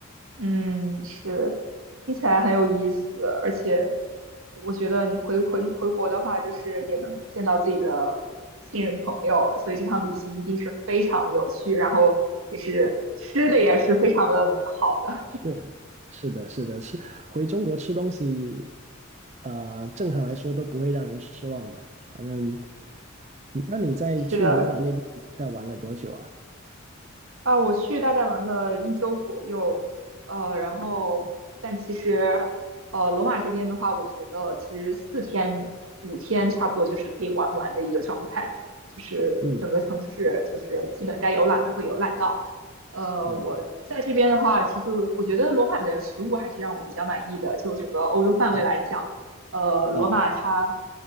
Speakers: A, on the right; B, on the right.
A: 嗯，是，听起来很有意思，而且我觉得你回回回国的话，就是也能见到自己的亲人朋友，所以这趟旅行一定是非常有趣，然后也是吃的也是非常的好的，
B: 是，是的，是的，吃回中国吃东西，呃，正常来说都不会让人失望的。反正，那你在去罗马那边大概玩了多久啊？
A: <laughs> 吃的啊，我去大概玩了一周左右，呃，然后但其实，呃，罗马这边的话，我觉得其实四天五天差不多就是可以玩完的一个状态，就是整个城市就是基本该游览的会游览到。
B: 嗯
A: 呃，
B: 啊
A: 我在这边的话，其实我觉得罗马的食物还是让我比较满意的，就整个欧洲范围来讲，
B: 嗯
A: 呃，罗马它
B: 啊